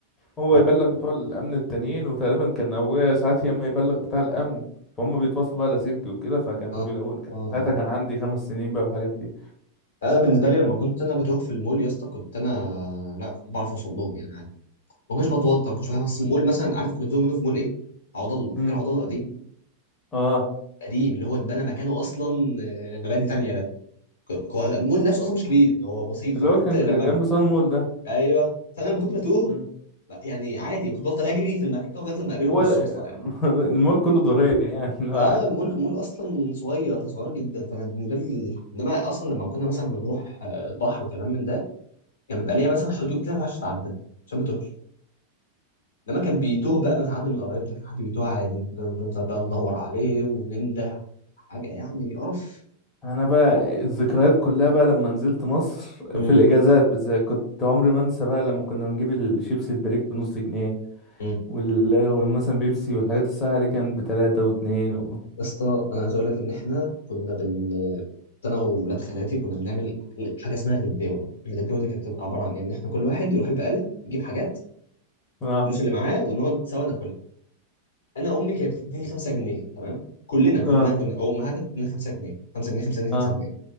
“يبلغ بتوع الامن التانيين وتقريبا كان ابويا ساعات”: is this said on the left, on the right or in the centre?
Left